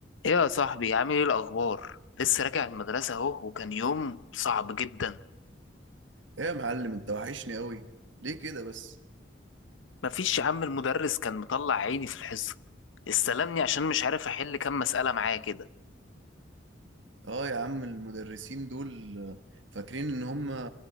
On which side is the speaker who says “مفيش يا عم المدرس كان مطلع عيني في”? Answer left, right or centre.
Left